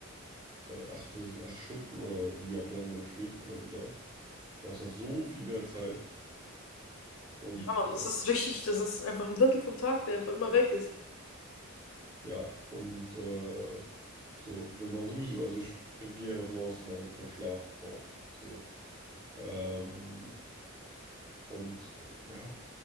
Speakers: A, on the right (about 20°); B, on the left (about 80°).
A: äh, acht, also die acht Stunden oder wie auch lange man schläft, immer wieder, du hast halt so viel mehr Zeit. Und
B: Ja, Mann,
A: äh,
B: das ist richtig, das ist einfach ein Drittel vom Tag, der einfach immer weg ist.
A: ja, und äh, so, wenn man sowieso, also ich gehe ja davon aus, dass man einfach keinen Schlaf braucht. So. Ähm, und äh, ja,